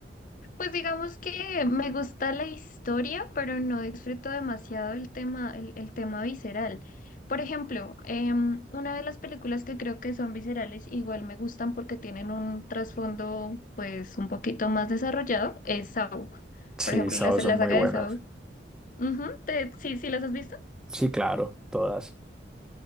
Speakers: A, on the left; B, in the centre.
A: Pues digamos que me gusta la historia, pero no disfruto demasiado el tema, el, el tema visceral. Por ejemplo, em, una de las películas que creo que son viscerales, igual me gustan porque tienen un trasfondo pues un poquito más desarrollado, es Saw.
B: Sí,
A: Por ejemplo,
B: esas
A: la, la
B: son
A: saga
B: muy buenas.
A: de Saw. Ujú, te- sí, sí, ¿las has visto?
B: Sí, claro, todas.